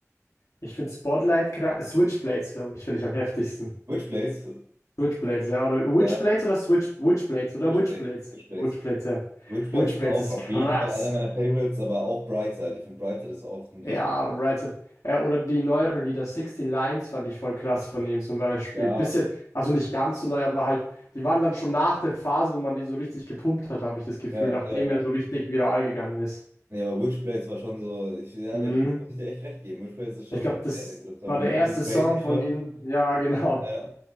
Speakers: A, on the left (about 75°); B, on the right (about 85°).
A: ich finde Spotlight kra- Switchblades, glaube ich, finde ich am heftigsten.
B: Which Place?
A: Switchblades, ja. Oder Witchblades
B: Ja,
A: oder Switch Witchblades oder
B: Which
A: Witchblades.
B: Place? Which Place?
A: Witchblades, ja.
B: Which Place
A: Witchblades
B: ist auch
A: ist
B: auf
A: krass.
B: jeden Fall einer meiner Favorites, aber auch Brightside. Ich finde Brightside ist auch ein
A: Ja,
B: richtig guter
A: right.
B: Song.
A: Äh, oder die neueren Lieder, 16 Lines fand ich voll krass von ihm zum Beispiel.
B: Ja,
A: Bisschen, also nicht ganz so neu, aber halt, die waren dann schon nach der Phase, wo man den so richtig gepumpt hat, habe ich das Gefühl,
B: ja,
A: nachdem
B: ja.
A: er so richtig viral gegangen ist.
B: Nee, aber Which Place war schon so, ich, ja,
A: Mhm.
B: da muss ich dir echt recht geben. Which Place ist schon
A: Ich glaube,
B: ein
A: das
B: sehr, sehr guter Song.
A: war der
B: Mit
A: erste
B: Lil Tracy
A: Song von
B: auch.
A: ihm. Ja, <laughs> genau.
B: Ja.